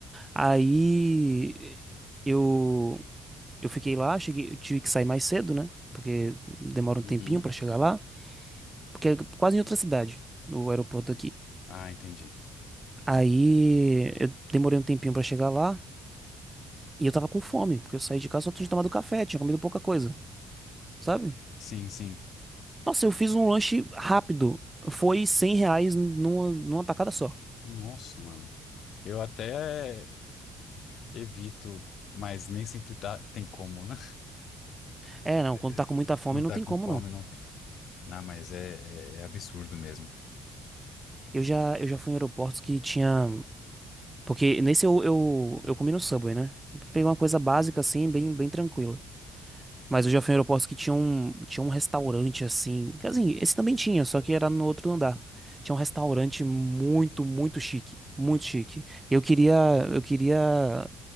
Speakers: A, on the right; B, on the left.
A: Aí eu eu fiquei lá, cheguei, eu tive que sair mais cedo, né? Porque demora um
B: Uhum.
A: tempinho pra chegar lá, porque é quase em outra cidade, o aeroporto daqui.
B: Ah, entendi.
A: Aí eu demorei um tempinho pra chegar lá e eu tava com fome, porque eu saí de casa só tinha tomado café, tinha comido pouca coisa, sabe?
B: Sim, sim.
A: Nossa, eu fiz um lanche rápido. Foi 100 reais numa, numa tacada só.
B: Nossa, mano. Eu até evito, mas nem sempre tá, tem como, né?
A: É, não,
B: <laughs>
A: quando tá com muita fome
B: Quando
A: não
B: tá
A: tem
B: com
A: como,
B: fome,
A: não.
B: não tem. Não, mas é, é- é absurdo mesmo.
A: Eu já, eu já fui em aeroportos que tinha. Porque nesse eu, eu, eu comi no Subway, né? Peguei uma coisa básica, assim, bem, bem tranquila. Mas eu já fui em aeroportos que tinha um, tinha um restaurante, assim. que, Assim, esse também tinha, só que era no outro andar. Tinha um restaurante muito, muito chique. Muito chique. E Eu queria. Eu queria.